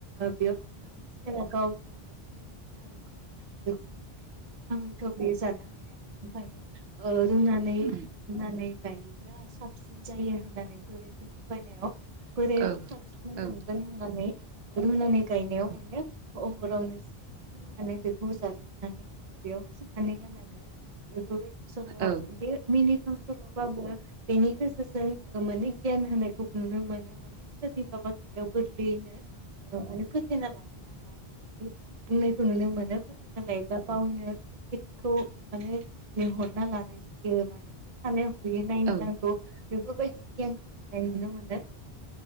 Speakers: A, on the right; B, on the right.
A: बेयाव थांनानै सेरा गाव जानो लुबैनानै थारुनखौ बेखौ माने गोथाङैथ बे जानो हाया बेनिखायनो रुनानै
B: उम
A: रुनानै गायोब्ला साफ जायो होननानै बोराखौ थगायनायाव बोरायाबो
B: औ
A: साबसिन मोनगोन
B: उम औ
A: होननानै रुनानै गायनायाव माने
B: औ
A: हरावनो सियालाफैनानै बेखौ जाजोबनानै बेयाव खिनानै गालाङो बेफोरबायदि सल
B: औ
A: बे मिनिथाव सलबाबो बेनि बिसोरजों माने गियान होनायखौ नुनो मोनो माने सोरनिबा बाथ्रायाव गोरलैयैनो माने फोथायना लानो नाङा बेबायदि बुंनायखौ नुनो मोनो फोथायना लायोब्ला गावनो खैफोदखौ माने लिंहरना लानाय जायो माने एसे सान हरै नायनो
B: औ
A: नांगौ बेफोरबायदि गियानखौ होनाय नुनो मोनो